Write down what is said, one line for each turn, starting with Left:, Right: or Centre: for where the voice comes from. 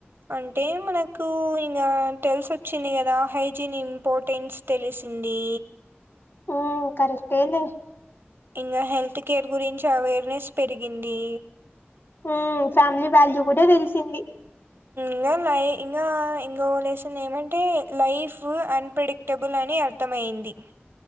Right: అంటే మనకు ఇంగా తెల్సొచ్చింది గదా హైజిన్ ఇంపోర్టెన్స్ తెలిసింది
Left: ఉమ్ కరెక్టే లే
Right: ఇంగ హెల్త్ కేర్ గురించి అవేర్నెస్ పెరిగింది
Left: ఊమ్ ఫ్యామిలీ వాల్యూ గూడ దెల్సింది
Right: ఇంగ లై ఇంగా ఇంగో లేశన్ ఏమంటే లైఫ్ అన్పెడిక్ టెబుల్ అని అర్థమైంది